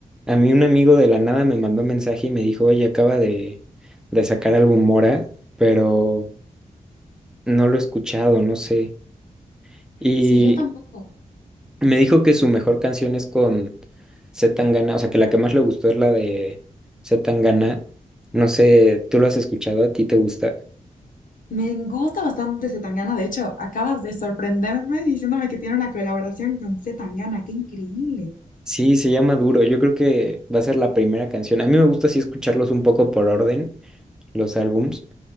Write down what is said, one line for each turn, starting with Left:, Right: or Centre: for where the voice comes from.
Centre: A mí un amigo de la nada me mandó un mensaje y me dijo, oye, acaba de, de sacar álbum Mora, pero no lo he escuchado, no sé. Y
Left: Sí, yo tampoco.
Centre: me dijo que su mejor canción es con C. Tangana, o sea, que la que más le gustó es la de C. Tangana. No sé, ¿tú lo has escuchado? ¿A ti te gusta?
Left: Me gusta bastante Zetangana. De hecho, acabas de sorprenderme diciéndome que tiene una colaboración con Zetangana. ¡Qué increíble!
Centre: Sí, se llama Duro. Yo creo que va a ser la primera canción. A mí me gusta así escucharlos un poco por orden, los álbums.